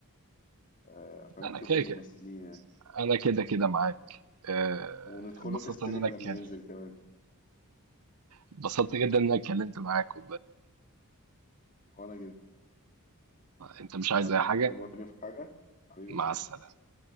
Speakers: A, on the left; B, on the right.
A: آه، عشان
B: انا
A: تشوف
B: كده
A: الممثلين
B: كده
A: يعني
B: انا كده كده معاك آه،
A: وندخله
B: اتبسطت
A: في السينما
B: ان انا اتكلم
A: لما ينزل كمان
B: اتبسطت جدا ان انا اتكلمت معاك
A: وأنا جدا
B: انت مش عايز
A: حبيبي
B: اي حاجة
A: تأمرني في حاجة حبيبي
B: مع
A: يا صاحبي
B: السلامة